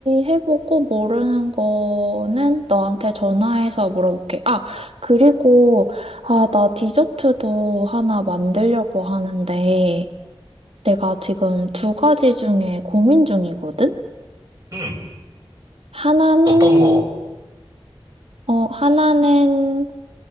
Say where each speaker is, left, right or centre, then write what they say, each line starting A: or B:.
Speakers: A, on the right; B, on the right.
A: 해보고 모르는 거는 너한테 전화해서 물어볼게. 아, 그리고, 아, 나 디저트도 하나 만들려고 하는데, 내가 지금 두 가지 중에 고민 중이거든?
B: 응.
A: 하나는,
B: 어떤 거?
A: 어, 하나는,